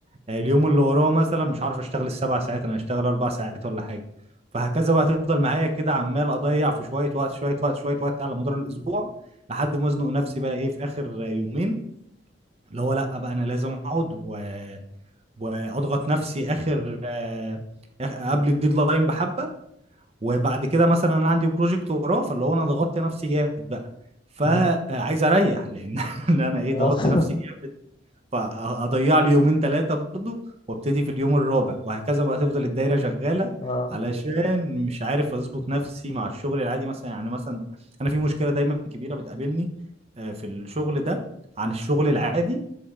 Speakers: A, on the right; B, on the left.
A: آه، اليوم اللي وراه مثلا مش عارف اشتغل السبع ساعات انا هشتغل اربع ساعات ولا حاجه فهكذا بقى تفضل معايا كده عمال اضيع في شويه وقت شويه وقت شويه وقت على مدار الاسبوع لحد ما ازنق نفسي بقى ايه في اخر آه، يومين اللي هو لا بقى انا لازم اقعد و... واضغط نفسي اخر آه، آخ- قبل الديدلاين بحبه وبعد كده مثلا انا عندي بروجكت وراه فاللي هو انا ضغطت نفسي جامد بقى فعايز
B: مم.
A: اريح لان <laughs> إن انا ايه
B: اه
A: ضغطت نفسي
B: <laughs>
A: فاضيع لي يومين ثلاثه برضو وابتدي في اليوم الرابع وهكذا بقى تفضل الدايره شغاله
B: اه
A: علشان مش عارف اظبط نفسي مع الشغل العادي مثلا يعني مثلا انا في مشكله دايما كبيره بتقابلني آه، في الشغل ده عن الشغل العادي